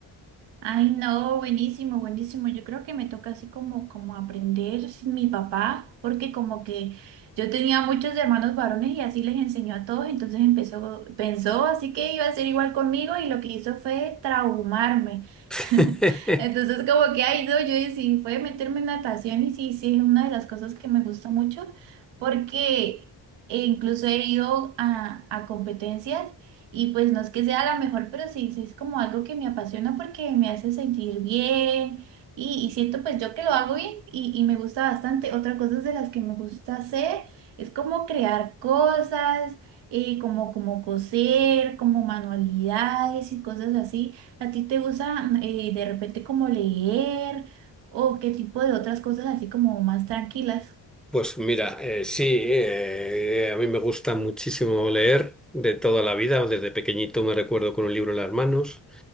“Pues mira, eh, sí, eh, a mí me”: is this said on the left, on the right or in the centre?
Centre